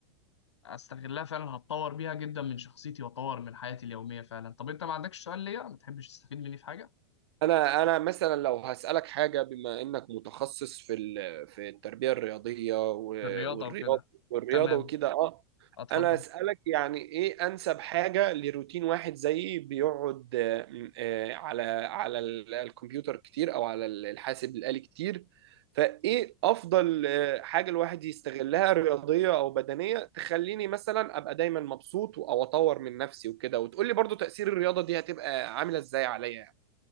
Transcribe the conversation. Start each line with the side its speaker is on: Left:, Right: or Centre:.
Left: آه، استغلها فعلا هتطور بيها جدا من شخصيتي واطور من حياتي اليوميه فعلا طب انت ما عندكش سؤال ليا ما تحبش تستفيد مني في حاجه
Right: انا انا مثلا لو هسالك حاجه بما انك متخصص في ال- في التربيه الرياضيه و-
Left: في الرياضه
Right: والرياضه
Left: وكده
Right: والرياضه
Left: تمام
Right: وكده اه
Left: اتفضل
Right: انا اسالك يعني ايه انسب حاجه لروتين واحد زيي بيقعد آه، م- آه، على على ال- الكمبيوتر كتير او على ال- الحاسب الالي كتير فايه افضل آه، حاجه الواحد يستغلها رياضيه او بدنيه تخليني مثلا ابقى دايما مبسوط او اطور من نفسي وكده وتقول لي برضو تاثير الرياضه دي هتبقى عامله ازاي عليا يعني.